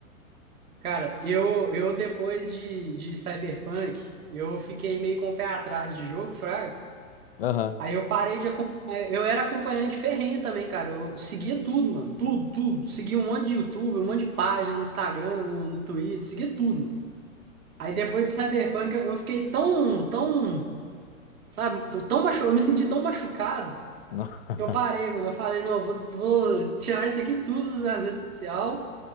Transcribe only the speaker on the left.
Aham.
Não. <laughs>